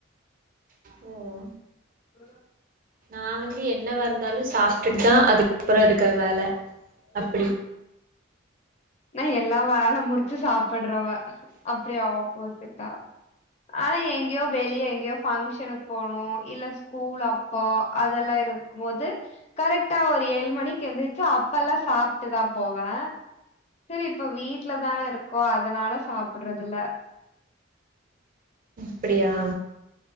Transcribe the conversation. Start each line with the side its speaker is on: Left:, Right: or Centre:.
Right: ஓ
Left: <unintelligible>
Right: நா வந்து என்னவா இருந்தாலு சாப்ட்டுட்டுதா அதுக்கப்பறோ இருக்கற வேல அப்பிடி
Left: நா எல்லா வேல முடிச்சு சாப் பட்றாவ அப் ப்டியாவோ ப்போசிட்டா ஆனா எங்கேயோ வெளிய எங்கேயோ ஃபங்க்க்ஷனுக்கு போனு இல்ல ஸ்கூல் அப்போ அதெல்லா இருக்கும் போது கரெக்டா ஒரு ஏழு மணிக்கு எந்திரிச்சு அப்பல்லா சாப்ட்டுதா போவே சரி இப்ப வீட்டுலதானே இருக்கோ அதனால சாப்ட்றதுல்ல
Right: அப்டியா